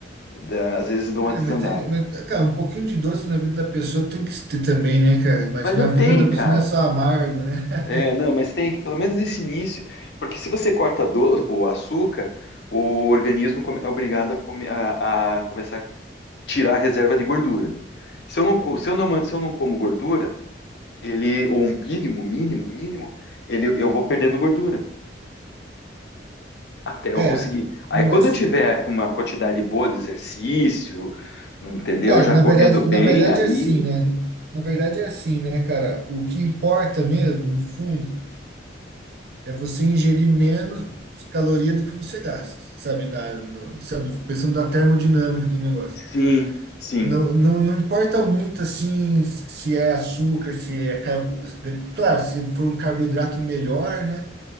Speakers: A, on the left; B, on the right.
A: dá- às vezes dou
B: É,
A: uma desandada.
B: mas tem, mas, cara, um pouquinho de doce na vida da pessoa tem que ter também, né, cara? Mas
A: Mas
B: na
A: já tem,
B: vida da pessoa
A: cara.
B: não é só amargo, né? <laughs>
A: É, não, mas tem que pelo menos esse início, porque se você corta do- o açúcar, o organismo come- é obrigado a, come- a- a começar a tirar a reserva de gordura. Se eu não, co- se eu não, man- se eu não como gordura ele, ou um mínimo, mínimo, mínimo, ele, eu vou perdendo gordura até eu
B: É,
A: conseguir. Aí
B: não,
A: quando
B: mas,
A: eu tiver com uma quantidade boa de exercício, não entendeu?
B: cara,
A: Já
B: na
A: correndo
B: verdade,
A: bem,
B: na verdade
A: aí
B: é assim, né? Na verdade é assim, né, cara? O que importa mesmo, no fundo, é você ingerir menos caloria do que você gasta, sabe? Na, no- sabe? Pensando na termodinâmica do negócio.
A: sim, sim,
B: Não, não, não importa muito, assim, se é açúcar, se é carbo... de- Claro, se for um carboidrato melhor, né?